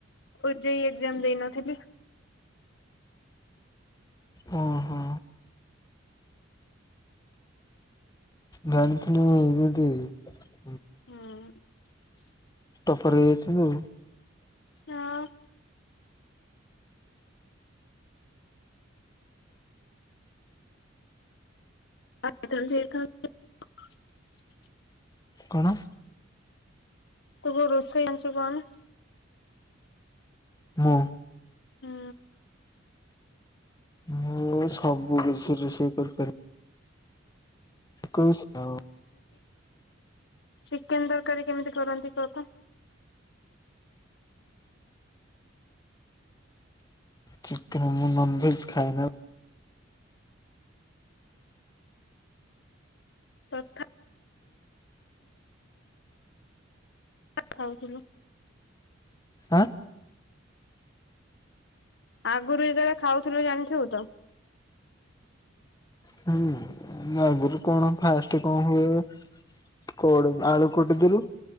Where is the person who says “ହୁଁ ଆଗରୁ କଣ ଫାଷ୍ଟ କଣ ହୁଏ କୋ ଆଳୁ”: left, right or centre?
Left